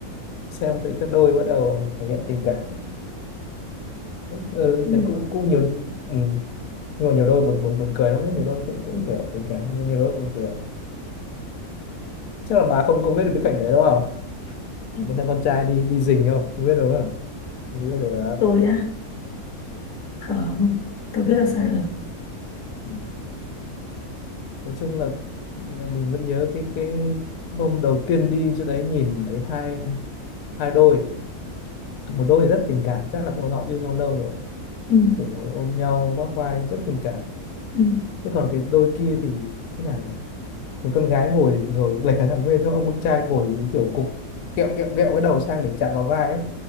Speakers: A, on the left; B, on the left.
A: xem thấy các đôi bắt đầu thể hiện tình cảm ừ,
B: được
A: thấy cũng
B: rồi,
A: cũng nhiều ừ. nhưng mà nhiều đôi buồn buồn buồn cười lắm đấy nhiều đôi cũng cũng
B: đủ rồi.
A: kiểu tình cảm nhưng mà nhiều đôi buồn cười chắc là bà không không biết được cái cảnh đấy đúng không
B: Ừ.
A: Bạn thấy con trai đi đi rình không không biết đâu không không biết được
B: tôi á không tôi biết là sao
A: ừ.
B: được
A: Ừ. nói chung là mình vẫn nhớ cái cái hôm đầu tiên đi chỗ đấy nhìn thấy hai hai đôi một đôi thì rất tình cảm chắc là bọn họ yêu nhau lâu rồi
B: ừ.
A: kiểu ngồi ôm nhau vác vai rất tình cảm
B: Ừ.
A: thế còn cái đôi kia thì thế nào nhỉ mình con gái ngồi ngồi lệch cả thằng bên cho ông con trai ngồi kiểu cục kẹo kẹo kẹo cái đầu sang để chạm vào vai ấy